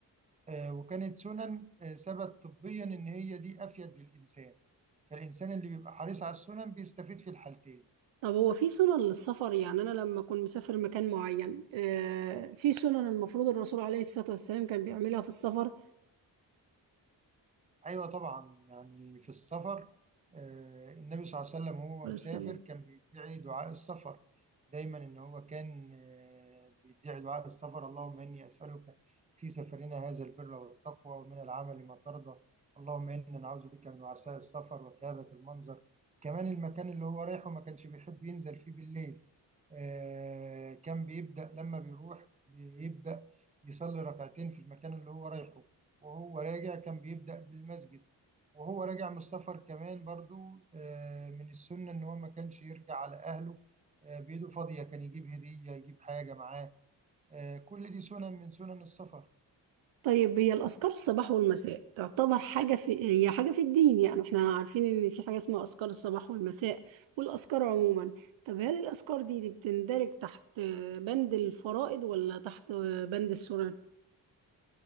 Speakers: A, on the right; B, on the right.
A: آه، وكانت سنن آه، ثبت طبيا إن هي دي أفيد للإنسان فالإنسان اللي بيبقى حريص على السنن بيستفيد في الحالتين
B: طب هو في سنن للسفر يعني أنا لما أكون مسافر مكان معين آه، في سنن المفروض الرسول عليه الصلاة والسلام كان بيعملها في السفر
A: ايوه طبعا يعني في السفر آه، النبي صلى الله عليه وسلم وهو
B: عليه
A: مسافر
B: السلام
A: كان بيدعي دعاء السفر دايما ان هو كان آه، بيدعي دعاء السفر اللهم اني اسالك في سفرنا هذا البر والتقوى ومن العمل ما ترضى اللهم انا نعوذ بك من وعثاء السفر وكآبة المنظر كمان المكان اللي هو رايحه ما كانش بيحب ينزل فيه بالليل آه، كان بيبدأ لما بيروح بيبدأ يصلي ركعتين في المكان اللي هو رايحه وهو راجع كان بيبدأ بالمسجد وهو راجع من السفر كمان برضو آه، من السنة إن هو ما كانش يرجع على أهله آه، بإيده فاضية كان يجيب هدية يجيب حاجة معاه آه، كل دي سنن من سنن السفر
B: طيب هي الأذكار الصباح والمساء تعتبر حاجة في هي حاجة في الدين يعني احنا عارفين إن في حاجة اسمها أذكار الصباح والمساء والأذكار عموما طب هل الأذكار دي, دي بتندرج تحت بند الفرائض ولا تحت بند السنن؟